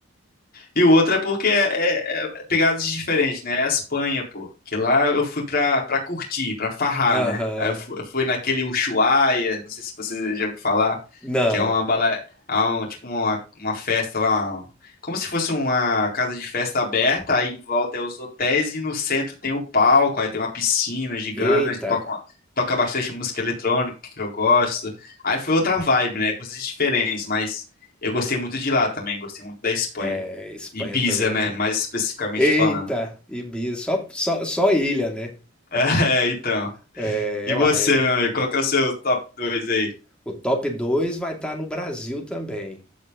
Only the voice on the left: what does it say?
E o outro é porque é, é- é pegadas diferentes, né? É a Espanha, pô. Que lá eu fui pra, pra curtir, pra farrar,
né? Aí eu fu- eu fui, naquele Ushuaia, não sei se você já ouviu falar,
que é uma bala, é um- tipo uma, uma festa lá, uma- como se fosse uma casa de festa aberta, aí em volta é os hotéis e no centro tem o palco, aí tem uma piscina gigante,
toca, uma- toca bastante música eletrônica que eu gosto. Aí foi outra vibe, né? Coisas diferentes, mas eu gostei muito de lá também, gostei muito da Espanha.
Ibiza,
né?
Mais especificamente
falando.
<laughs> É, então.
E você,
meu amigo, qual que é o seu top 2 aí?